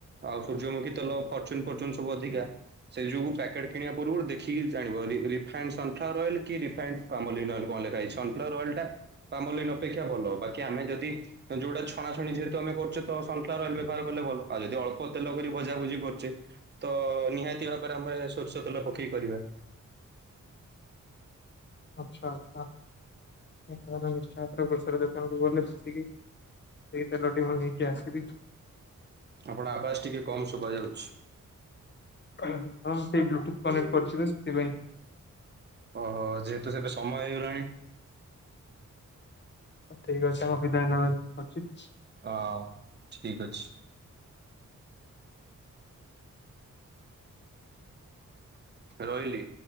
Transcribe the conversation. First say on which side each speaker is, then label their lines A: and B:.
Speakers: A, on the right; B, on the left.
A: ଆଉ ସୂର୍ଯ୍ୟମୁଖୀ ତେଲ ଫର୍ଚୁନ ଫର୍ଚୁନ ସବୁ ଅଧିକା ସେଇ ଯୋଉ ପ୍ୟାକେଟ୍ କିଣିବା ପୂର୍ବରୁ ଦେଖିକି ଜାଣିବ ରି ରିଫାଇଣ୍ଡ ସନ୍ଫ୍ଲାୱାର ଅଏଲ କି ରଫାଇଣ୍ଡ କାମଲିନ୍ଏ କଣ ଲେଖାହେଇଛି ସନ୍ଫ୍ଲାର ଅଏ୍ ଟା ପାମୋଲିନ ଅପେକ୍ଷା ଭଲ ବାକି ଆମେ ଯଦି ଯୋଉଟା ଛଣାଛଣି ଯେହେତୁ ଆମେ କରଛେ ତ ସନ୍ଫ୍ଲୱାର ଅଏଲ୍ ବ୍ୟବହାର କଲେ ଭଲ ଆଉ ଯଦି ଅଳପ ତେଲ କରି ଭଜାଭୁଜି କରଛେ ତ ନିହାତି ଭାବରେ ଆମେ ସୋରିଷ ତେଲ ପକେଇକି କରିବା
B: ଆଚ୍ଛା ଆଚ୍ଛା ଏଥର ନି୍ଚୟ ଆପଣ ଗ୍ରସର ଦୋକାନ ଗଲେ ବୁଝିକି ସେଇ ତେଲଟି ମୁଁ ନେଇକି ଆସିବି
A: ଆପଣ ଆବାସ ଟିକେ କମ ଶୁବା ଯାଉଛି
B: ହଁ ମୁଁ ସେଇ ବ୍ଲୁଟୁଥ କନେକ୍ଟ କରିଛି ତ ସେଥିପାଇଁ
A: ଓହୋ ଯେହେତୁ ସେବେ ସମୟ ହେଇଗଲାଣି
B: ଠିକ୍ ଅଛି ତମ ବିଦାଇ ନବା ଅଛିିକ୍
A: ହ ଠିକ ଅଛି ରହିଲି।